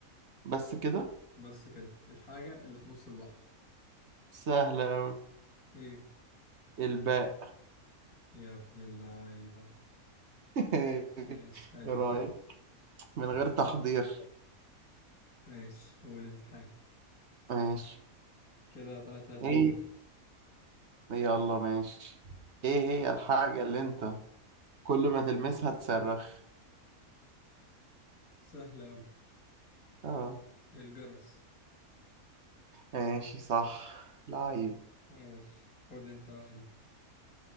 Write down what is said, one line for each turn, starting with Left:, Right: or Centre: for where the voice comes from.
Right: بس كده
Left: بس كده الحاجة اللي في نص البحر
Right: سهلة أوي
Left: ايه
Right: الباء
Left: يا ابن اللعيبة
Right: <laughs> ايه
Left: ماشي حلوة
Right: رأيك من غير
Left: دي
Right: تحضير
Left: ماشي قول انت حاجة
Right: ماشي
Left: كده تلاتة اتنين
Right: ايه
Left: ليك.
Right: يلا ماشي ايه هي الحاجة اللي انت كل ما تلمسها تصرخ
Left: سهلة اوي
Right: اه
Left: الجرس
Right: ماشي صح لعيب
Left: ماشي خد انت بقى دي